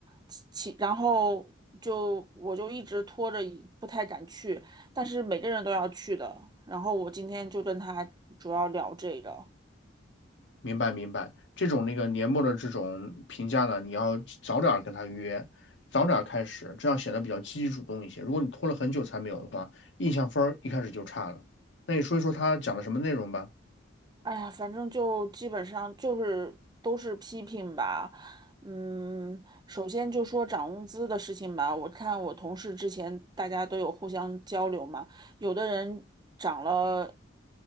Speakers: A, on the right; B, on the left.
A: 其其然后就我就一直拖着一不太敢去，但是每个人都要去的，然后我今天就跟他主要聊这个。
B: 明白明白，这种那个年末的这种评价呢，你要早点儿跟他约，早点儿开始，这样显得比较积极主动一些。如果你拖了很久才没有的话，印象分儿一开始就差了。那你说一说他讲了什么内容吧。
A: 哎呀，反正就基本上就是都是批评吧。嗯，首先就说涨工资的事情吧。我看我同事之前大家都有互相交流嘛，有的人涨了